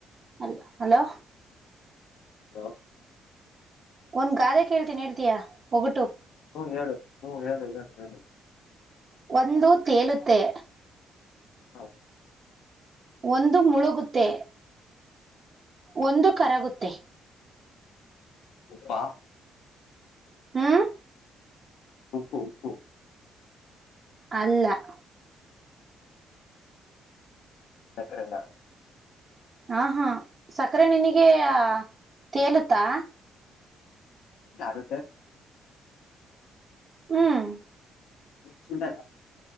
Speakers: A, on the right; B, on the left.
A: ಅಲ್ಲ ಅಲೋ
B: ಹಲೋ
A: ಒಂದ್ ಗಾದೆ ಕೇಳ್ತೀನಿ ಹೇಳ್ತಯಾ ಒಗಟ್ಟು
B: ಹ್ಮ್ ಹೇಳು ಹ್ಮ್ ಹೇಳು ಹೇಳಿ ಹೇಳಿ
A: ಒಂದು ತೇಲುತ್ತೆ
B: <unintelligible>
A: ಒಂದು ಮುಳುಗುತ್ತೆ ಒಂದು ಕರಗುತ್ತೆ
B: ಪ್ಪಾ
A: ಹ್ಮ
B: ಉಪ್ಪು ಉಪ್ಪು
A: ಅಲ್ಲ
B: ಸಕ್ಕ್ರನಾ
A: ಹ ಹಾ ಸಕ್ಕರೆ ನಿನಗೆ
B: ಮತ್ತೆ
A: ತೇಲುತ್ತಾ
B: <inaudible>
A: ಹ್ಮ್
B: ಸುನಾ